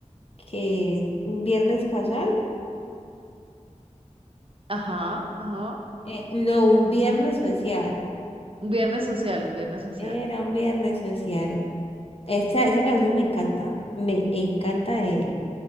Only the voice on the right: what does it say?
ajá, ajá.
Un viernes social, un viernes social.